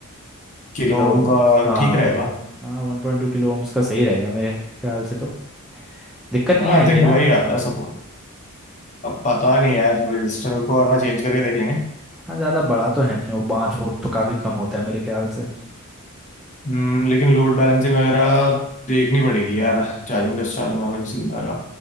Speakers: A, on the left; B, in the centre.
A: किलो
B: किलो
A: ओम का
B: हाँ
A: ठीक रहेगा
B: किलो हाँ वन पॉइंट टू किलो ओम्स का सही रहेगा मेरे ख्याल से तो दिक्कत नहीं
A: आई
B: आएगी
A: थिंक
B: ना
A: वही आता है सपोर्ट पता नहीं यार रजिस्टर को वरना चेंज करके देख लेंगे
B: हाँ ज़्यादा बड़ा तो है नहीं वो पाँच वोल्ट तो काफ़ी कम होता है मेरे ख्याल से
A: हम्म, लेकिन लोड बैलेंसिंग वगैरह देखनी पड़ेगी यार चार्जिंग डिस्चार्जिंग वाला किसी का